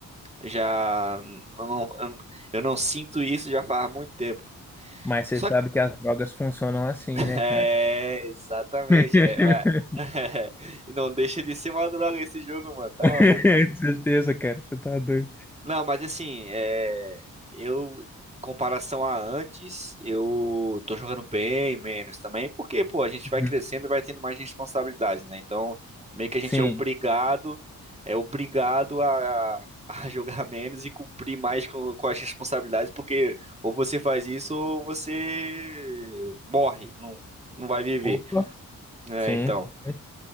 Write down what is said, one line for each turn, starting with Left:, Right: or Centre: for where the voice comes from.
Right: já não, não- eu não sinto isso já faz muito tempo.
Centre: Mas você
Right: Só
Centre: sabe que as drogas funcionam assim,
Right: É,
Centre: né, cara?
Right: exatamente.
Centre: <laughs>
Right: É, vai- <laughs> E não deixa de ser uma droga esse jogo, mano. Tá
Centre: Com
Right: maluco?
Centre: certeza, cara. Você tá doido.
Right: Não, mas assim, é, eu, comparação a antes, eu tô jogando bem menos também, porque, pô, a gente vai
Centre: Uhum.
Right: crescendo e vai tendo mais responsabilidades, né? Então, meio que a gente
Centre: Sim.
Right: é obrigado, é obrigado a, a <laughs> jogar menos e cumprir mais com, com as responsabilidades, porque ou você faz isso ou você morre, não, não vai viver.
Centre: Opa.
Right: É,
Centre: Sim,
Right: então.
Centre: tá certo.